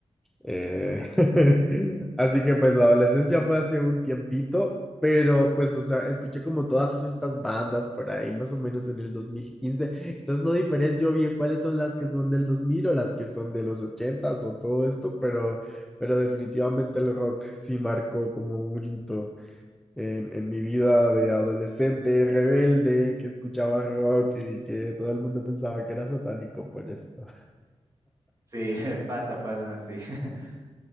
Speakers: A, in the centre; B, on the right (about 30°).
A: eh, <laughs> así que pues la adolescencia fue hace un tiempito, pero pues, o sea, escuché como todas estas bandas por ahí, más o menos en el 2015. Entonces no diferencio bien cuáles son las que son del 2000 o las que son de los 80s o todo esto, pero, pero definitivamente el rock sí marcó como un hito en, en mi vida de adolescente rebelde que escuchaba rock y que todo el mundo pensaba que era satánico por esto.
B: Sí, <laughs> pasa, pasa, sí. <laughs>